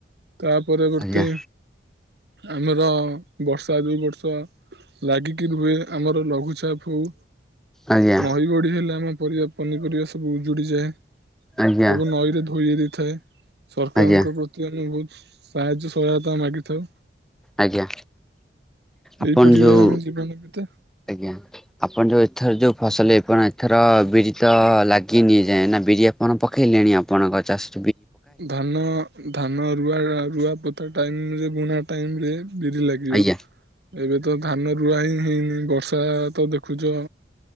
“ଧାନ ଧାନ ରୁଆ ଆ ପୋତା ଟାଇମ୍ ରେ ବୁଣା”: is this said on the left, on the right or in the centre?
Right